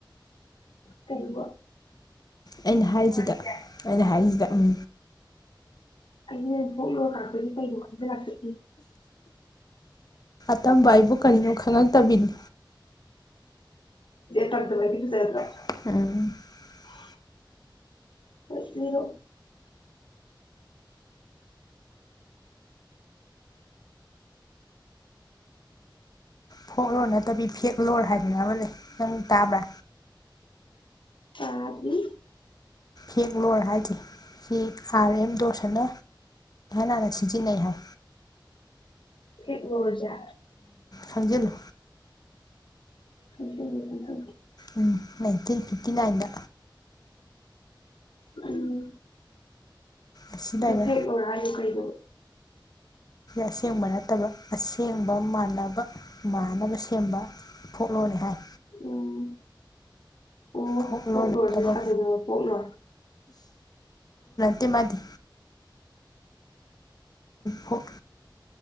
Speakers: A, on the left; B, on the left.
A: ꯀꯕ
B: ꯑꯩꯅ ꯍꯥꯏꯔꯤꯁꯤꯗ ꯑꯩꯅ ꯍꯥꯏꯔꯤꯁꯤ ꯗ ꯎꯝ
A: ꯑꯅꯦ ꯊ ꯂ ꯀꯗꯤ ꯀꯥꯏ ꯏ ꯂꯥꯛꯦ ꯎꯝ
B: ꯑꯇꯝꯕꯥꯏꯕꯨ ꯀꯩꯅꯣ ꯈꯪꯉꯛꯇꯕꯤꯅꯤ
A: ꯇꯥꯛꯗꯕꯗꯤ ꯐꯖꯗ꯭ꯔꯣ
B: <inaudible>
A: <unintelligible>
B: ꯐꯣꯛꯂꯣ ꯅꯠꯇꯕꯤ ꯐꯦꯛꯂꯣ ꯍꯥꯏꯕ ꯑꯃ ꯂꯩ ꯅꯪ ꯇꯥꯕ꯭ꯔ
A: ꯇꯗ꯭ꯔꯤ
B: ꯍꯦꯛꯂꯣꯔ ꯍꯥꯏꯖꯦ ꯍꯤ ꯁꯥꯔ ꯑꯦꯝꯗꯣ ꯏꯍꯥꯟ ꯍꯥꯟꯅ ꯁꯤꯖꯤꯟꯅꯩ ꯍꯥꯏ
A: ꯐꯦꯠꯂꯣꯔꯖꯦ
B: ꯈꯪꯖꯜꯂꯨ
A: <unintelligible>
B: ꯎꯝ ꯅꯥꯏꯟꯇꯤꯟ ꯐꯤꯊꯤ ꯅꯥꯏꯟꯗ
A: ꯎꯝ
B: ꯑꯁꯤ ꯂꯩꯔꯦ
A: ꯑꯗꯨ ꯐꯦꯛꯂꯣꯔ ꯍꯥꯏꯁꯦ ꯀꯩꯅꯣꯕ
B: ꯑꯁꯦꯡꯕ ꯅꯠꯇꯕ ꯑꯁꯦꯡꯕ ꯃꯥꯟꯅꯕ ꯃꯥꯅꯕ ꯁꯦꯝꯕ ꯐꯣꯛꯂꯣꯔꯅꯦ ꯍꯥꯏ
A: ꯎꯝ ꯑꯣ
B: ꯐꯣꯛꯂꯣꯔ
A: ꯐꯣꯛꯂꯣꯔꯁꯦ
B: ꯅꯠꯇꯕ
A: ꯁꯥꯖꯕ ꯐꯣꯛꯂꯣꯔ
B: ꯃꯗꯤ ꯍꯣꯏ